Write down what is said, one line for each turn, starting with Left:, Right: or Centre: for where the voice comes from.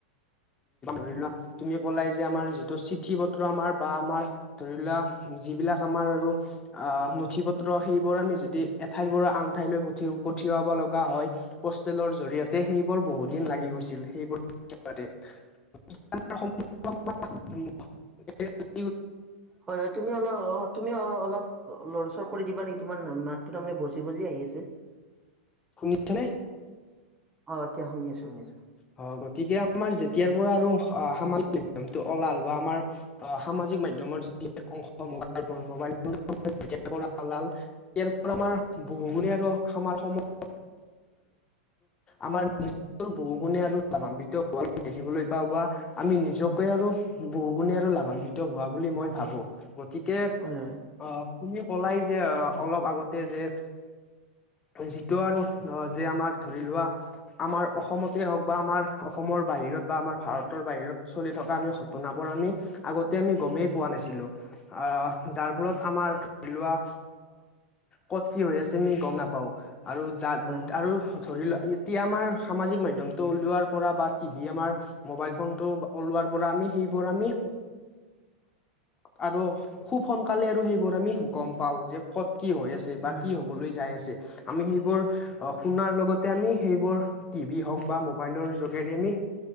Left: ধৰি লোৱা তুমি ক'লাই যে আমাৰ যিটো চিঠি পত্ৰ আমাৰ বা আমাৰ ধৰি লোৱা যিবিলাক আমাৰ আৰু অ', নথি পত্ৰ সেইবোৰ আমি যদি এঠাইৰ পৰা আনঠাইলৈ পঠিও পঠিয়াব লগা হয়, পষ্টেলৰ জৰিয়তে, সেইবোৰ বহুত দিন লাগি গৈছিল সেইবোৰ জ <unintelligible>
Right: হয় হয় তুমি অলপ, অ', তুমি অ অলপ লৰচৰ কৰি দিবা নেকি, তোমাৰ মাতটো তাৰমানে ভজি বজি আহি আছে
Left: শুনিছেনে?
Right: অ', এতিয়া শুনি আছোঁ, শুনিছোঁ।
Left: হয়, গতিকে আমাৰ যেতিয়াৰ পৰা আৰু সামাজিক নমটো ওলাল বা আমাৰ অ সাজ সাজ মাধ্যমৰ যি অংশ মবাইল ফ মাইল ফল ইয়াৰ পৰা আমাৰ বহুু আৰু আমাৰ সময় আমাৰ নিজৰ বহু <unintelligible> গুণে আৰু লাভান্বিত হোৱা আমি দেখিবলৈ পাওঁ বা আমি নিজকে আৰু বহু গুণে আৰু লাভান্বিত হোৱা বুলি মই ভাবোঁ, গতিকে
Right: হয় হয়
Left: আ তুমি কলাই যে অলপ আগতে যে যিটো আৰু যে আমাৰ ধৰি লোৱা আমাৰ অসমত ই হওঁক বা আমাৰ অসমৰ বাহিৰত বা আমাৰ ভাৰতৰ বাহিৰত চলি থকা আমি ঘটনাবোৰ আমি আগত তে আমি গমেই পোৱা নাছিলোঁ, যাৰ ফলত আমাৰ ধৰি লোৱা ক'ত কি হৈ আছে আমি গম নাপাওঁ আৰু য
Right: হয়
Left: আৰু ধৰি লোৱা এতিয়া আমাৰ সামাজিক মাধ্যম মাধ্যমটো ওলোৱাৰ পৰা বা টিভি আমাৰ মবাইল ফোনটো ওলোৱাৰ পৰা আমি সেইবোৰ আমি আৰু খুব সোনকালে আৰু সেইবোৰ আমি গম পাও যে ক'ত কি হৈ আছে
Right: হয়
Left: বা কি হ'বলৈ যাই আছে। আমি সেইবোৰ, শুনাৰ লগতে আমি সেইবোৰ টিভি হওক বা মোবাইলৰ যোগেৰে আমি